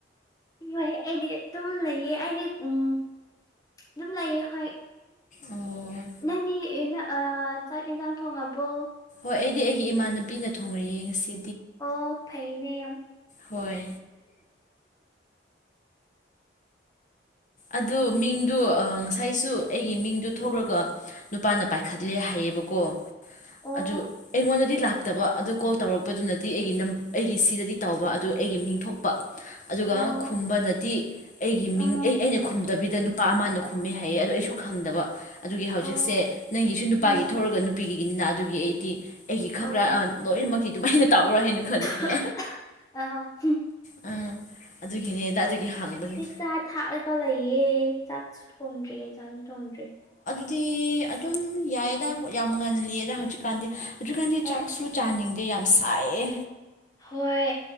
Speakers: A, on the left; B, on the left.
A: ꯏꯃꯩ ꯑꯩꯗꯤ ꯑꯗꯨꯝ ꯂꯩꯌꯦ ꯑꯩꯗꯤ ꯎꯝ ꯗꯨꯝ ꯂꯩꯌꯦ ꯍꯣꯏ
B: ꯑꯣ
A: ꯅꯪꯗꯤ ꯑꯦꯅ ꯑꯥ ꯆꯥꯛ ꯍꯦꯟꯁꯥꯡ ꯊꯣꯡꯉꯕꯣ
B: ꯍꯣꯏ ꯑꯩꯗꯤ ꯑꯩꯒꯤ ꯏꯃꯥꯟꯅꯕꯤꯅ ꯊꯣꯡꯔꯛꯑꯦ ꯉꯁꯤ
A: ꯑꯣ ꯐꯩꯅꯦ ꯌꯥꯝ
B: ꯍꯣꯏ ꯑꯗꯨ ꯃꯤꯡꯗꯨ ꯑꯪ ꯉꯁꯥꯏꯁꯨ ꯑꯩꯒꯤ ꯃꯤꯡꯗꯨ ꯊꯣꯛꯔꯒ ꯅꯨꯄꯥꯅ ꯄꯥꯏꯈꯠꯂꯦ ꯍꯥꯏꯌꯦꯕꯀꯣ
A: ꯑꯣ
B: ꯑꯗꯨ ꯑꯩꯉꯣꯟꯗꯗꯤ ꯂꯥꯛꯇꯕ ꯑꯗꯨ ꯀꯣꯜ ꯇꯧꯔꯛꯄꯗꯨꯅꯗꯤ ꯑꯩꯒꯤ ꯅꯝ ꯑꯩꯒꯤ ꯁꯤꯗꯗꯤ ꯇꯥꯎꯕ ꯑꯗꯨ ꯑꯩꯒꯤ ꯃꯤꯡ ꯊꯣꯛꯄ ꯑꯗꯨꯒ
A: ꯑꯣ
B: ꯈꯨꯝꯕꯅꯗꯤ ꯑꯩꯒꯤ
A: ꯎꯝ
B: ꯃꯤꯡ ꯑꯩ ꯑꯩꯅ ꯈꯨꯝꯗꯕꯤꯗ ꯅꯨꯄꯥ ꯑꯃꯅ ꯈꯨꯝꯃꯦ ꯍꯥꯏꯌꯦ ꯑꯗꯨ ꯑꯩꯁꯨ ꯈꯪꯗꯕ ꯑꯗꯨꯒꯤ ꯍꯧꯖꯤꯛꯁꯦ
A: ꯑꯣ
B: ꯅꯪꯒꯤꯁꯨ ꯅꯨꯄꯥꯒꯤ
A: ꯎꯝ
B: ꯊꯧꯔꯒ ꯅꯨꯄꯤꯒꯤꯒꯤꯅꯤꯅ ꯑꯗꯨꯒꯤ ꯑꯩꯗꯤ ꯑꯩꯒꯤ
A: ꯑꯣ
B: ꯈꯛꯔ ꯑꯥ ꯂꯣꯏꯅꯃꯛꯇꯤ ꯑꯗꯨꯃꯥꯏꯅ ꯇꯧꯕꯔ ꯍꯥꯏꯅ ꯈꯟꯕ
A: <unintelligible> <unintelligible>
B: ꯎꯝ ꯑꯗꯨꯒꯤꯅꯦꯗ ꯑꯗꯨꯒꯤ ꯍꯪꯕꯅꯤ
A: ꯊꯥꯛꯑꯒ ꯂꯩꯌꯦ ꯑꯩ ꯆꯥꯛꯁꯨ ꯊꯣꯡꯗ꯭ꯔꯤ ꯍꯦꯟꯖꯥꯡꯁꯨ ꯊꯣꯡꯗ꯭ꯔꯤ
B: ꯗꯤ ꯑꯗꯨꯝ ꯌꯥꯏꯌꯦꯗ ꯌꯥꯝ ꯉꯜꯂꯤꯌꯦꯗ ꯍꯧꯖꯤꯛꯀꯥꯟꯗꯤ ꯍꯧꯖꯤꯛꯀꯥꯟꯗꯤ
A: ꯍꯣꯏ
B: ꯆꯥꯛꯁꯨ ꯆꯥꯅꯤꯡ ꯗꯦ ꯌꯥꯝ ꯁꯥꯏꯌꯦ
A: ꯍꯣꯏ